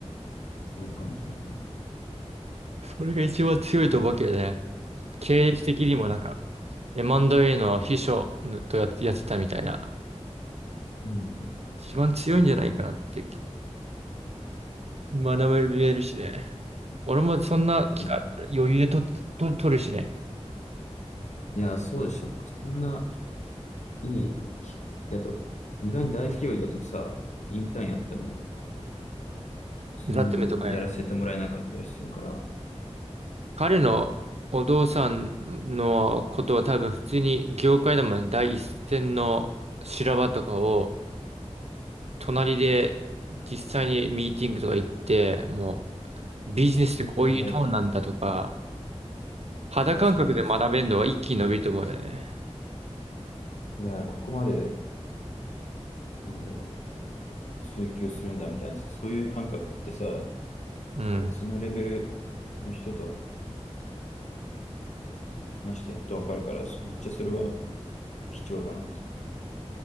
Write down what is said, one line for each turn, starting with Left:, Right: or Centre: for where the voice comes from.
Left: そういう感じなのね。
Right: それが一番強いとわけどね。経歴的にもなんか、
Left: そうそう。
Right: M&A の秘書とやってやってたみたいな。
Left: うん。
Right: 一番強いんじゃないかなって、学べるしね。俺もそんな機会あったら余裕でと、
Left: うん
Right: と、取るしね。
Left: いや、そうでしょ。そんないい。だと、意外に大企業だとさ、インターンやっても、そのなやらせてもらえなかったりするから、
Right: ザッテメとかや。彼のお父さんのことは多分普通に業界でも第一線の修羅場とかを隣で実際にミーティングとか行って、もうビジネスってこういうどうなんだとか、
Left: 感じられる。
Right: 肌感覚で学べるのは一気に伸びると思うよね。
Left: 確かに確かに。いや、ここまで、なんだろう、追求するんだみたいな、そういう感覚ってさ、
Right: うん。
Left: そのレベルの人と話してやっとわかるから、めっちゃそれは貴重だなって。